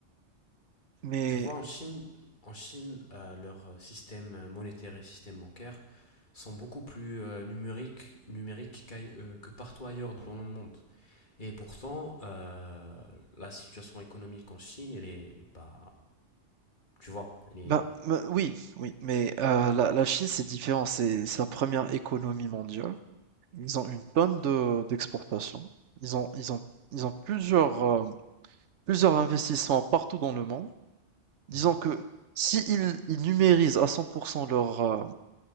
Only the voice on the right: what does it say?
Mais
ben, ben, oui, oui. Mais euh, la, la Chine, c'est différent. C'est c'est la première économie mondiale. Ils ont une tonne de d'exportations. Ils ont ils ont ils ont plusieurs euh, plusieurs investissements partout dans le monde. Disons
que si ils, ils numérisent à 100% leur euh,